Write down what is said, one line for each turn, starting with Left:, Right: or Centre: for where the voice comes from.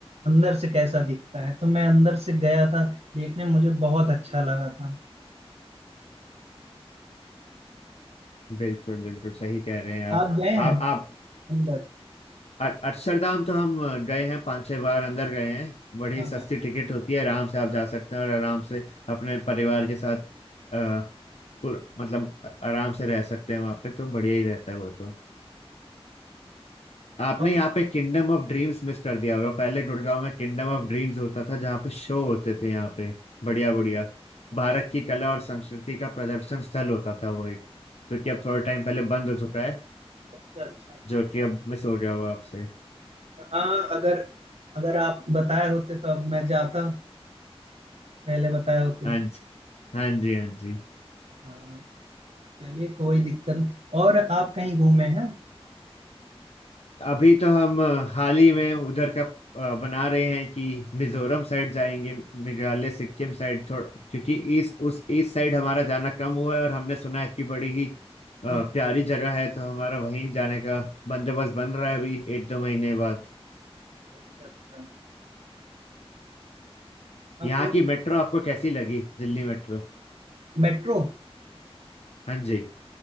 Right: अंदर से कैसा दिखता है तो मैं अंदर से गया था देखने मुझे बहुत अच्छा लगा था
Left: बिल्कुल बिल्कुल सही कह रहे हैं आप
Right: आप गए हैं
Left: आप आप
Right: अंदर
Left: अ- अक्षरधाम तो हम गए हैं पांच छह बार अंदर गए हैं बड़ी
Right: हाँ
Left: सस्ती
Right: हाँ
Left: टिकट होती है आराम से आप जा सकते हैं और आराम से अपने परिवार के साथ आ, पुर, मतलब अ- आराम से रह सकते हैं वहां पे तो बढ़िया ही रहता है वो तो आपने
Right: और
Left: यहाँ पे किंगडम ऑफ ड्रीम्स मिस कर दिया होगा पहले गुड़गांव में किंगडम ऑफ ड्रीम्स होता था जहाँ पे शो होते थे यहाँ पे बढ़िया बढ़िया
Right: अच्छा
Left: भारत की कला और संस्कृति का प्रदर्शन स्थल होता था वो एक जो कि अब थोड़ा टाइम पहले बंद हो चुका है
Right: अच्छा अच्छा।
Left: जो कि अब मिस हो गया होगा आपसे
Right: हाँ अगर अगर आप बताए होते तो अब मैं जाता पहले बताए होते
Left: हाँ जी हाँ जी हाँ जी
Right: हाँ चलिए कोई दिक्कत नहीं और आप कहीं घूमे हैं
Left: अभी तो हम अ, हाल ही में उधर का अ, बना रहे हैं कि मिजोरम साइड जाएंगे मेघालय सिक्किम साइड थोड़ा क्योंकि ईस्ट उस ईस्ट साइड हमारा जाना कम हुआ है और हमने सुना है कि बड़ी ही अ,
Right: हम्म
Left: प्यारी जगह है तो हमारा वहीं जाने का बंदोबस्त बन रहा है अभी एक दो महीने बाद
Right: अच्छा अच्छा हम
Left: यहाँ
Right: लोग
Left: की मेट्रो आपको कैसी लगी दिल्ली मेट्रो
Right: मेट्रो
Left: हाँ जी